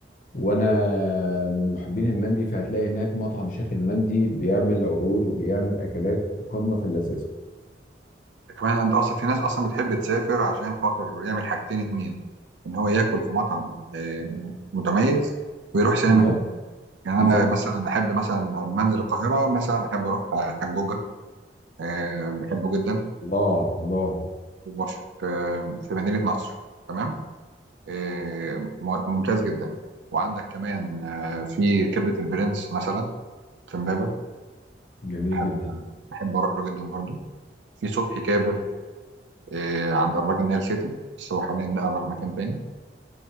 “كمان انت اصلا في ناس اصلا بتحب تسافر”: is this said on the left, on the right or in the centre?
Right